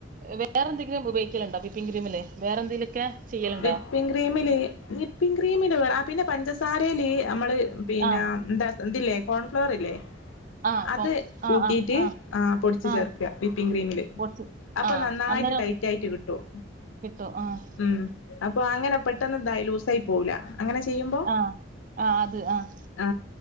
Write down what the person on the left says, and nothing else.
വിപ്പിമ് ക്രീംമിൽ വിപ്പിംഗ് ക്രീ ക്രീമിൽ വെടെ പിന്നെ പഞ്ചസാരയിൽ അമ്മള് പിന്നെ
എന്താ എന്തില്ലേ കോൺഫ്ലോർ ഇല്ലേ
അത്
കൂട്ടിട്ട്
ആ പൊടിച്ചു
ചേർക്കുക വിപ്പിങ് ക്രീമില്
അപ്പൊ
നന്നായിട്ട്
ടൈറ്റ് ആയിട്ട് കിട്ടും
ഉം അപ്പൊ അങ്ങനെ പെട്ടെന്ന് എന്തായി ലൂസായി പോവൂല അങ്ങനെ ചെയ്യുമ്പോ
ആ